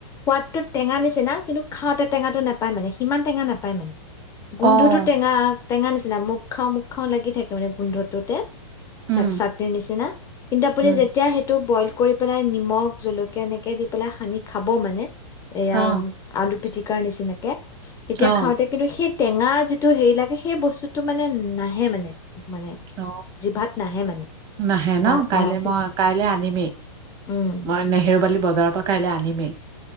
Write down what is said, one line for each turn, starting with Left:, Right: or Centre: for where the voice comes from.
Left: সোৱাদটোত টেঙা নিচিা কিন্তু খাওঁতে টেঙাটো নাপায় মানে সিমান টেঙা নাপায় মানে গোন্ধটো
Right: অ',
Left: টেঙা টেঙাৰ নিচনা মুখ খাওঁ মুখ‌ খাওঁ লাগি থাকে স মানে গোন্ধটোতে
Right: উম,
Left: চাট‌ চাটনি নিচিনা কিন্তু আপুনি
Right: উম,
Left: যেতিয়া সেইটো বইল কৰি পেলাই নিমখ জলকীয়া এনেকে দি পেলাই সানি খাব মানে এয়া
Right: অ',
Left: আলু পিঠি কণিচিনকে তেতিয়া
Right: অ',
Left: খাওঁতে কিন্তু সেই টেঙা যিটো হেৰি লাগে সেই বস্তুটো মানে নাহে মানে মানে
Right: অ
Left: জিভাত নাহে মানে
Right: নাহে ন
Left: না
Right: কাইলে
Left: অ কিন্তু
Right: মই কাইলে আনিমেই
Left: উম
Right: মই নেহেৰুবালি বজাৰৰ পৰা কাইলৈ আনিমেই